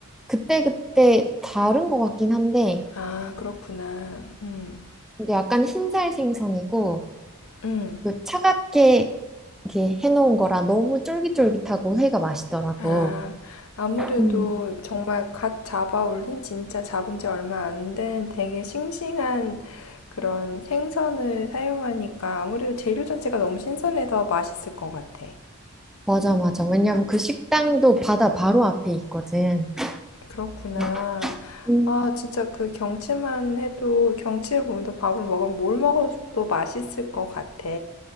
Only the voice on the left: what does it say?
아, 그렇구나. 음,
음.
아, 아무래도
정말 갓 잡아 올린, 진짜 잡은 지 얼마 안 된 되게 싱싱한 그런 생선을 사용하니까 아무래도 재료 자체가 너무 신선해서 맛있을 것 같아.
그렇구나.
아, 진짜 그 경치만 해도 경치를 보면서 밥을 먹으면 뭘 먹어도 맛있을 것 같아.